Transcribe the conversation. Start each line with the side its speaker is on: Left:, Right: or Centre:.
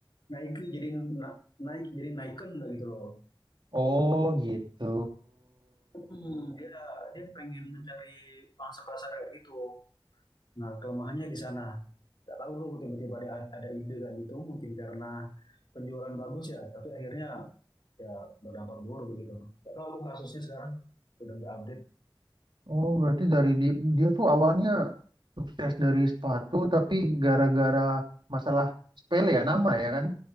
Left: naik jadi na- naik jadi naiken nggak gitu loh.
Right: Oh gitu.
Left: Hmm. Dia dia pengen mencari pangsa pasar kayak gitu. Nah, kelemahannya di sana. Nggak tahu loh tiba-tiba ada, ada ide kayak gitu mungkin karena penjualan bagus ya, tapi akhirnya ya berdampak buruk begitu. Nggak tahu aku kasusnya sekarang udah nggak update.
Right: Oh, berarti dari di- dia tuh awalnya sukses dari sepatu, tapi gara-gara masalah sepele ya nama ya kan?